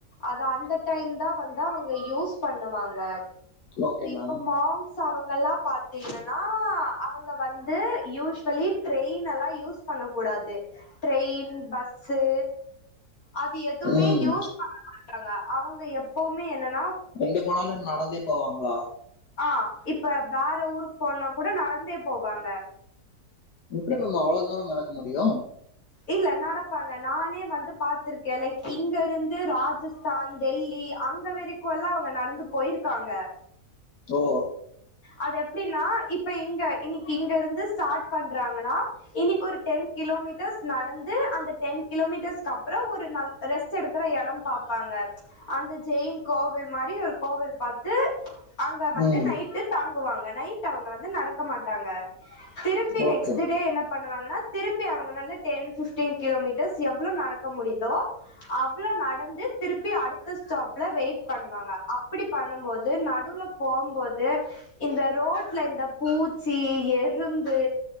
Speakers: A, on the left; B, on the left.
A: அத அந்த டைம்தா வந்து அவுங்க யூஸ் பண்ணுவாங்க
B: ஓகே மேம்
A: இப்போ மாஸ்க் -ச அவங்கல்லா பாத்தீங்கன் ஆஹ் அவங்க வந் வந்து யூஸ்வலி ட்ரெயின் எல்லா யூஸ் பண்ணக்கூடாது ட்ரெயின் பஸ்சு அது எதுவுமே
B: ம்
A: யூஸ் பண்ண <unintelligible> இருக்காங்க அவங்க எப்பவுமே என்னன்
B: எங்க போனாலு நடந்தே போவாங்களா
A: ஆஹ் இப்ப வேற ஊருக்கு போனா கூட நடந்தே போவாங்க
B: எப்டி நம்ம அவளோ தூர நடக்க முடியு
A: இல்ல நடப்பாங்க நானே வந்து பாத்திருக்கே லைக் இங்க இருந்து ராஜஸ்தா டெல்லி அங்க வெறிக்கும்லா அவங்க நடந்து போயிருக்காங்க
B: ஓ
A: அது எப்படின்னா இப்ப இங்க இன்னைக்கு இங்க இருந்து ஸ்டார்ட் பண்றாங்கன்னா இன்னைக்கு ஒரு டென் கிலோமீட் டர்ஸ் நடந்து அந்த டென் கிலோமீட்டர்ஸ்க்கு அப்றோ ஒரு ந ரெஸ்ட் எடுக்கிற எட பாப்பாங்க அந்த ஜெயின் கோவில் மாரி ஒரு கோவில் பாத்து அங்க வந்து
B: ம்
A: நைட்டு தங் க்குவாங்க நைட் அவங்க வந்து நடக்க மாட்டாங்க திருப்பி
B: ஓகே
A: நெக்ஸ்ட் டே என்ன பண்ணுவாங்கனா திருப்பி அவங்க வந்து டென் பிஃப்டீன் கிலோமீட்டர்ஸ் எவ்ளோ நடக்க முடியுதோ அவ்ளோ நடந்து திருப்பி அடுத்த ஸ்டாப்ல வெயிட் பண்ணுவாங்க அப்படி பண்ணும்போது நடுல போம்போது இந்த ரோட்ல இந்த பூச்சி எறும்பு